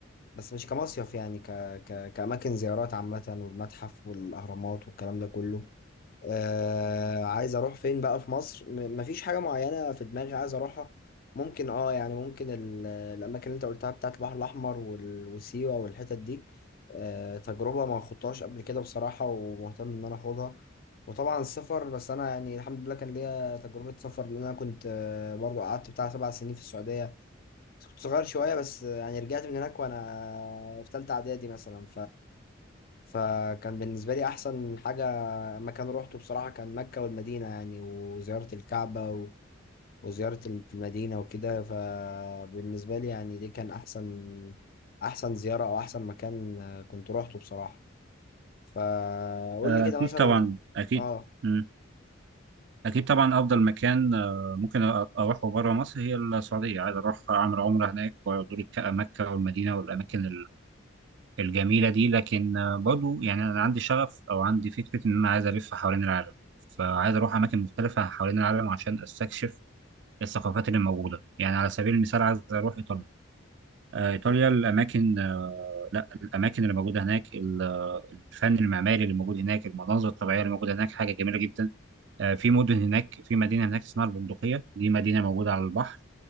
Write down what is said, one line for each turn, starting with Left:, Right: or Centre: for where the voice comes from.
Left: بس مش كمصيف يعني ك... ك... كاماكن زيارات عامه والمتحف والاهرامات والكلام ده كله آه عايز اروح فين بقى في مصر م- مفيش حاجة معينة في دماغي عايز اروحها ممكن اه يعني ممكن ال- الاماكن اللي انت قلتها بتاعت البحر الاحمر وال- وسيوة والحتت دي آه تجربة ما خدتهاش قبل كده بصراحة ومهتم ان انا اخدها وطبعا السفر بس انا يعني الحمد لله كان ليا تجربة سفر لان انا كنت آه برضو قعدت بتاع سبع سنين في السعودية بس كنت صغير شوية بس يعني رجعت من هناك وانا في تالتة اعدادي مثلا فكان بالنسبة لي أحسن حاجة مكان روحته بصراحة كان مكة والمدينة يعني وزيارة الكعبة و- وزيارة ال- في المدينة وكده فبالنسبة لي يعني دي كان أحسن أحسن زيارة أو أحسن مكان كنت روحته بصراحة فقول
Right: آه،
Left: لي كده
Right: اكيد
Left: مثلا
Right: طبعا اكيد
Left: آه
Right: مم. اكيد طبعا افضل مكان آه، ممكن أ- اروحه بره مصر هي السعوديه عايز اروح اعمل عمره هناك وازور الك- مكه والمدينه والاماكن الجميلة دي لكن آه، برضو يعني أنا عندي شغف أو عندي فكرة إن أنا عايز ألف حوالين العالم فعايز أروح أماكن مختلفة حوالين العالم عشان أستكشف الثقافات اللي موجودة يعني على سبيل المثال عايز أروح إيطاليا آه، إيطاليا الأماكن آه، لا الأماكن اللي موجودة هناك ال- آه، الفن المعماري اللي موجود هناك المناظر الطبيعية اللي موجودة هناك حاجة جميلة جدا آه، في مدن هناك في مدينة هناك اسمها البندقية دي مدينة موجودة على البحر